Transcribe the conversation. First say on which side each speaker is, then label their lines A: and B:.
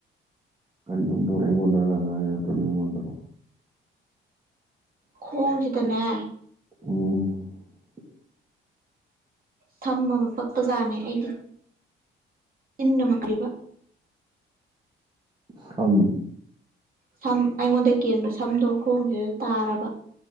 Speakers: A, on the right; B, on the right.
A: ꯀꯔꯤ ꯑꯃꯨꯛ ꯇꯧꯔꯦ ꯑꯩꯉꯣꯟꯗꯔ ꯅꯪ ꯉꯥꯡꯉꯤꯗꯣ, ꯅꯠꯇ꯭ꯔꯥ ꯃꯤꯉꯣꯟꯗꯔꯣ?
B: ꯈꯣꯡꯁꯤꯗꯅꯦ,
A: ꯑꯝ
B: ꯊꯝ ꯑꯃ ꯃꯄꯥꯛꯄ ꯖꯅꯦ ꯑꯩꯗꯤ, ꯏꯟꯅ ꯃꯀ꯭ꯔꯤꯕ꯫
A: ꯁꯝ
B: ꯁꯝ ꯑꯩꯉꯣꯟꯗꯩ ꯀꯦꯟꯕ ꯁꯝꯗꯣ ꯈꯣꯡꯁꯤꯗ ꯇꯥꯔꯕ꯫